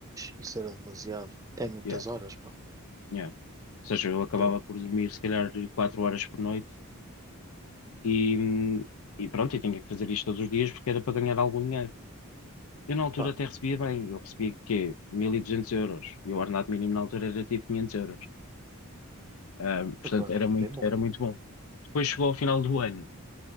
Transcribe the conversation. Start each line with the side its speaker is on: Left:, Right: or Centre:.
Right: Isso era demasiado. É muitas
Left: Yeah,
Right: horas, pá.
Left: yeah. Ou seja, eu acabava
Right: Eu,
Left: por dormir se calhar quatro horas por noite e, e pronto, eu tinha que fazer isto todos os dias porque era para ganhar algum dinheiro. Eu na altura
Right: pá,
Left: até recebia bem, eu recebia quê? mil e duzentos euros e o ordenado mínimo na altura era tipo 500 euros. Ahm, portanto,
Right: opa,
Left: era muito,
Right: bem bom.
Left: era muito bom. Depois chegou ao final do ano,